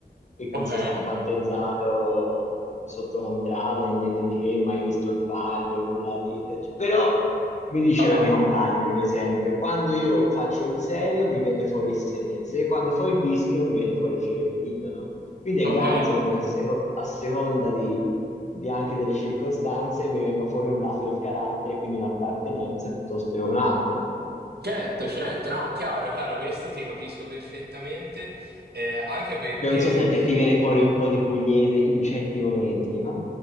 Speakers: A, on the left; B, on the right.
A: perché
B: Ok.
A: non sono stato battezzato sotto contrada né niente di che, mai visto il palio, nulla di... del ge- Però mi dice
B: Ah,
A: la mia compagna, per esempio, quando io faccio il serio mi viene fuori il senese, quando fo il bischero mi viene fuori il fiorentino, no? Quindi
B: Ok.
A: è ganzo come a, seco- a seconda di, di anche delle circostanze mi venga fuori un lato del carattere, quindi un'appartenenza piuttosto che un'altra.
B: Certo, certo. No, chiaro, chiaro, questo ti capisco perfettamente. Eh, anche perché.
A: Non so se a te ti viene fuori un po' di pugliese in certi momenti, no?